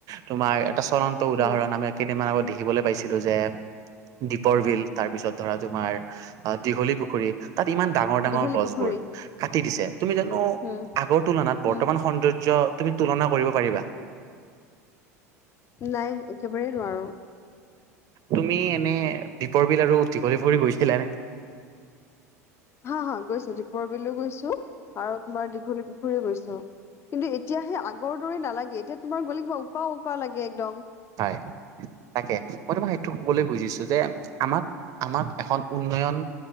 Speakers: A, on the right; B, on the left.
A: তোমাৰ এটা চলন্ত উদাহৰণ
B: উম।
A: আমি কেইদিনমান আগত দেখিবলৈ পাইছিলো যে দ্বীপৰ বিল তাৰপিছত ধৰা তোমাৰ দীঘলী পুখুৰী তাত ইমান ডাঙৰ
B: দীঘলী
A: ডাঙৰ গছবোৰ
B: পুখুৰী
A: কাটি দিছে। তুমি জানো
B: উম
A: আগৰ তুলনাত বৰ্তমান
B: উম
A: সৌন্দৰ্য তুমি তুলনা কৰিব পাৰিবা?
B: নাই। একেবাৰেই নোৱাৰোঁ।
A: তুমি এনে দ্বীপৰ বিল আৰু দীঘলী পুখুৰী গৈছিলা নে?
B: হাঁ, হাঁ গৈছোঁ। দ্বীপৰ বিলো গৈছোঁ আৰু তোমাৰ দীঘলী পুখুৰীও গৈছোঁ। কিন্তু এতিয়া সেই আগৰ দৰে নালাগে। এতিয়া তোমাৰ গ'লে কিবা উকা উকা লাগে একদম।
A: হয়, তাকে। মই তোমাক সেইটো ক'বলে খুজিছোঁ যে আমাক আমাক এখন উন্নয়ন